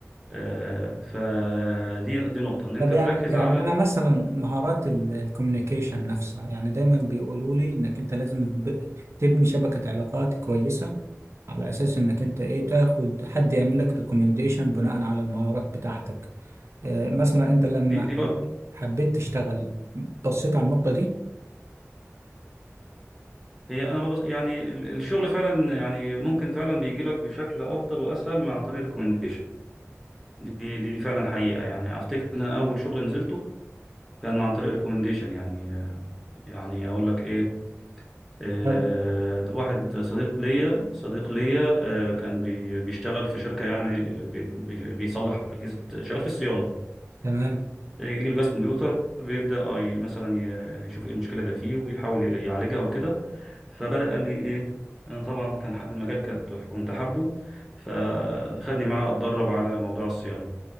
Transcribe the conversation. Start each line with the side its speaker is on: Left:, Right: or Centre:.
Centre: آه فدي دي نقطة ان انت
Right: طب يعني
Centre: تركز
Right: يعني
Centre: على
Right: أنا مثلا مهارات الكوميونيكيشن نفسها يعني دايما بيقولوا لي إنك أنت لازم تب- تبني شبكة علاقات كويسة على أساس إنك أنت إيه تاخد حد يعمل لك ريكومنديشن بناء على المهارات بتاعتك آه، مثلا أنت لما
Centre: دي دي بقى
Right: حب... حبيت تشتغل بصيت على النقطة دي
Centre: هي انا ببص يعني ال- الشغل فعلا يعني ممكن فعلا بيجي لك بشكل افضل واسهل من عن طريق ريكومنديشن دي دي فعلا حقيقة يعني افتكر ان أنا اول شغل نزلته كان عن طريق ريكومنديشن يعني آه، يعني اقول لك ايه آه،
Right: طب
Centre: واحد صديق ليا صديق ليا آه، كان بي- بيشتغل في شركة يعني بي- بي- بيصلح أجهزة شغال في الصيانة
Right: تمام
Centre: آه، يجي له جهاز كمبيوتر بيبدأ آه، ي- مثلا ي- يشوف ايه المشكلة اللي فيه ويحاول يعالجها وكده فبدأ قال لي ايه انا طبعا كان ح- المجال كنت كنت حابه فخدني معاه اتدرب على موضوع الصيانة